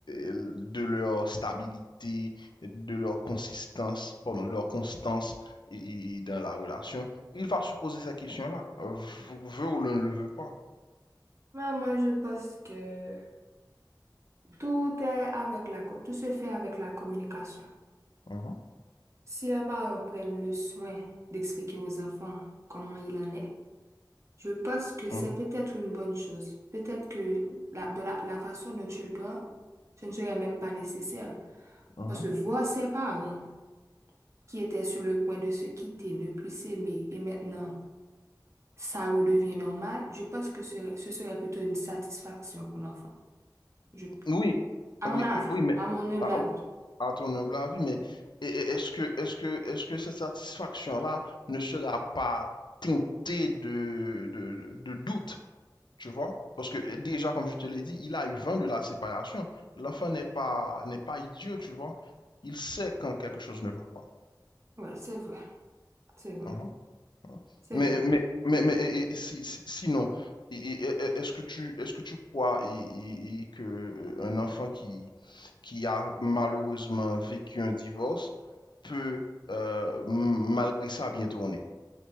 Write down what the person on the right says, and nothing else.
Ouais, moi, je pense que tout est avec la, co- tout se fait avec la communication.
Si les parents prennent le soin d'expliquer aux enfants comment il en est, je pense que c'est
peut-être une bonne chose. Peut-être que la, de la, la façon dont tu le prends, ce ne serait même pas nécessaire.
Parce que voir ses parents qui étaient sur le point de se quitter, ne plus s'aimer, et maintenant ça redevient normal, je pense que ce, ce serait plutôt une satisfaction pour l'enfant. Je,
à
mon avis,
à mon
humble
avis.
Ouais, c'est vrai, c'est vrai,
c'est
vrai.